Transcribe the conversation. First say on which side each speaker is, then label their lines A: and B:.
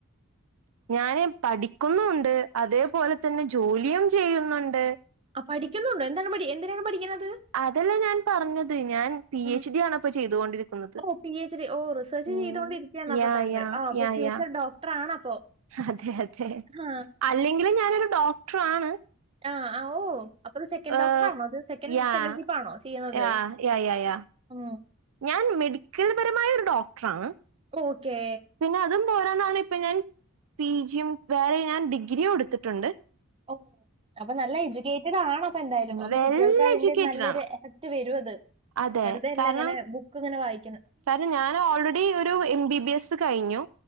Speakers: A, on the right (about 70°); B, on the right (about 25°).
A: ഞാന് പഠിക്കുന്നുണ്ട് അതേപോലെ തന്നെ ജോലിയും ചെയ്യുന്നുണ്ട്
B: ആ പഠിക്കുന്നുണ്ട് എന്താണ് പഠി എന്തിനാണ് പഠിക്കണത്?
A: അതല്ലേ ഞാൻ പറഞ്ഞത് ഞാൻ പി
B: ആ.
A: എച്ച് ഡി ആണപ്പൊ ചെയ്തൊണ്ടിരിക്കുന്നത്
B: ഓ! പിഎച്ച്‌ഡി. ഓ! റിസർച്ച്
A: ഉം
B: ചെയ്തോണ്ടിരിക്കയാണ് അപ്പൊ
A: യാ
B: താങ്കൾ.
A: യാ
B: ആ അപ്പൊ
A: യാ
B: ഫ്യൂച്ചർ
A: യാ
B: ഡോക്ടർ ആണപ്പൊ.
A: അതെ അതെ
B: ഹാ.
A: അല്ലെങ്കിലും ഞാനൊരു ഡോക്ടർ ആണ്
B: ആഹ് ആ ഓ അപ്പൊ സെക്കൻഡ്
A: ഏഹ്
B: ഡോക്ടറാണോ ത് സെക്കൻഡ്
A: യാ
B: ഫെലോഷിപ്പ് ആണോ ചെയ്യുന്നത്
A: യാ യാ യാ യാ
B: ഉം
A: ഞാൻ മെഡിക്കൽപരമായ ഒരു ഡോക്ടറാണ്
B: ഓക്കെ കെ
A: പിന്നെ അതും പോരാനാണ് ഇപ്പൊ ഞാൻ പി ജിയും വേറെ ഞാൻ ഡിഗ്രിയും ഇടുത്തിട്ടുണ്ട്
B: ഓ അപ്പൊ നല്ല എഡ്യൂക്കേറ്റഡ് ആണ് ഇപ്പ എന്തായാലും
A: വെൽ
B: കുട്ടികൾക്ക് അതിന്റെ
A: എഡ്യൂക്കേറ്റഡ്
B: നല്ലൊരു
A: ആണ്
B: എഫക്ട് ട് വരും അത്
A: അതെ
B: വെറുതെല്ല
A: കാരണം
B: ഇങ്ങനെ ബുക്ക് ഇങ്ങനെ വായി
A: കാരണം ഞാൻ ഓൾറെഡി ഒരു എം ബി ബി എസ് കഴിഞ്ഞു